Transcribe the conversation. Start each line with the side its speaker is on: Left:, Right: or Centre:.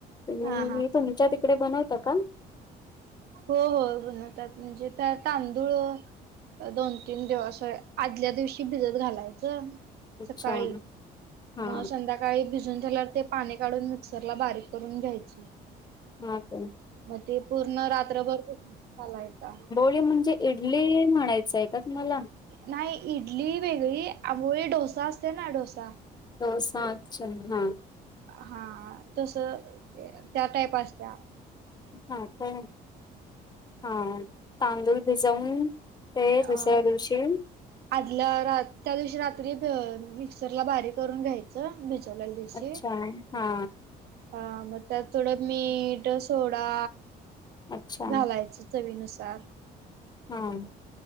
Left: तुम्ही
Right: हा हा.
Left: तुमच्या तिकडे बनवता का?
Right: हो हो बनवतात म्हणजे त्या तांदूळ दोन तीन दिवस आदल्या दिवशी भिजत घालायचं.
Left: अच्छा
Right: सकाळी
Left: हा
Right: मग संध्याक काळी भिजून झाल्यावर ते पाणी काढून मिक्सरला बारीक करून घ्यायचं.
Left: हा काय.
Right: मग ते पूर्ण रात्रभर <unintelligible> घालायचा.
Left: हे म्हणजे इडली म्हणायचंय का तुम्हाला?
Right: नाही इडली वेगळी. आंबोळी डोसा असते ना डोसा
Left: डोसा अच्छा हा.
Right: हा तस त्या टाईप असत्या.
Left: हा काय हा तांदूळ भिजवून ते
Right: अ
Left: दुसऱ्या दिवशी
Right: आदल्या रा त्या दिवशी रात्री भ मिक्सरला बारीक करून घ्यायच. च भिजवलेल्या दिवशी.
Left: अच्छा हा
Right: हा मग त्यात थोडं मीठ, सोडा
Left: अच्छा
Right: घालायचं चवीनुसार.
Left: हां.